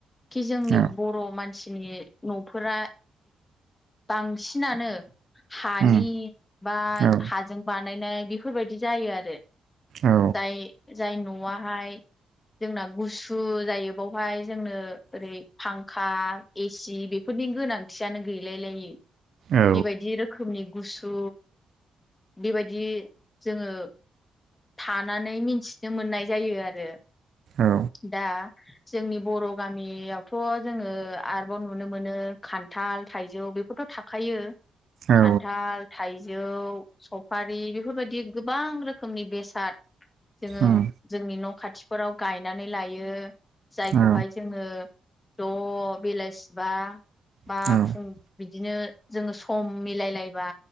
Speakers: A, on the left; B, on the right.
A: कि जोंनि
B: औ
A: बर' मानसि दिनै न'फोरा बांसिनानो हानि
B: उम
A: बा
B: औ
A: हाजों बानायनाय बेफोरबायदि जायो आरो
B: औ
A: जाय- जाय न'आाहाय जोंना गुसु जायो बेवहाय जोंनो ओरै फांखा, एसि बेफोर नि गोनांथियानो गैलाय लाय बेबायदि
B: औ
A: रोखोमनि गुसु बेबायदि जोंङो थानानै मिन्थिनो मोननाय जायो आरो
B: औ
A: दा जोंनि बर' गामियावथ' जोङो आरोबाव नुनो मोनो खान्थाल थाइजौ बेफोरथ' थाखायो
B: औ
A: खान्थाल- थाइजौ सफारि बेफोरबायदि गोबां रोखोमनि बेसाद जोङो
B: उम
A: जोंनि न' खा थिफोराव गायनानै लायो जायखौहाय
B: औ
A: जोङो ज' बेलासिबा बा
B: औ
A: फुं बि दिनो जोङो सम मिलायलायबा